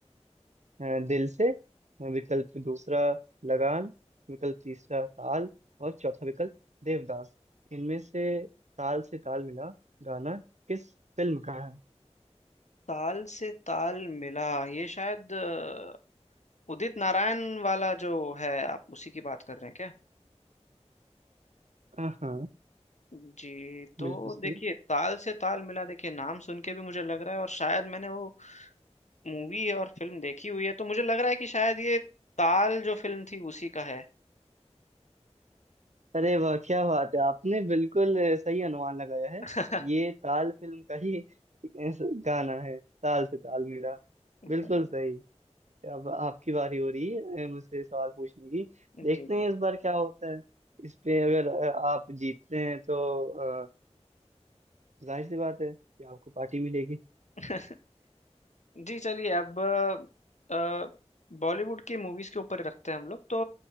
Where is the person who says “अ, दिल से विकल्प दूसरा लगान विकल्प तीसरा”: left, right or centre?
Right